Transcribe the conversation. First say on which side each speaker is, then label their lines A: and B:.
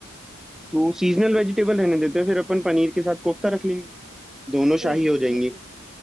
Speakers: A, in the centre; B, on the right (about 30°).
A: तो सीजनल वेजिटेबल रहने देते हैं फिर अपन पनीर के साथ कोफ्ता रख लेंगे दोनों
B: ओ
A: शाही
B: यस
A: हो जाएंगी
B: ये ठीक